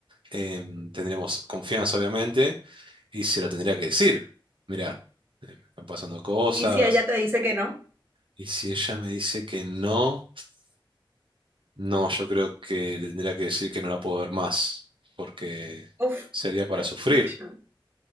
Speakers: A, on the right (about 70°); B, on the right (about 25°).
A: em, tendríamos confianza, obviamente, y se lo tendría que decir. Mirá, eh, me están pasando cosas,
B: Y si ella te dice que no,
A: y si ella me dice que no, no, yo creo que le tendría que decir que no la puedo ver más, porque
B: uff,
A: sería para
B: es
A: sufrir.
B: pucha,